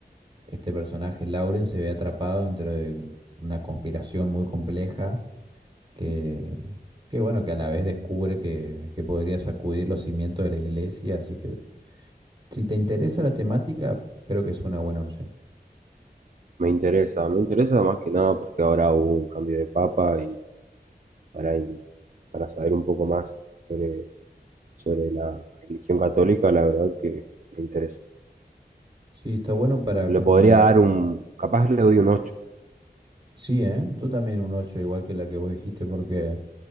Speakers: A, on the right; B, on the right.
A: este personaje, Lauren, se ve atrapado dentro de una conspiración muy compleja que, que bueno, que a la vez descubre que, que podría sacudir los cimientos de la iglesia. Así que si te interesa la temática, creo que es una buena opción.
B: Me interesa, me interesa más que nada porque ahora hubo un cambio de papa y para, para saber un poco más sobre, sobre la religión católica, la verdad que me interesa.
A: Sí, está bueno para como
B: Le podría
A: indagar.
B: dar un, capaz le doy un ocho
A: Sí, ¿eh? Tú también un 8 igual que la que vos dijiste, porque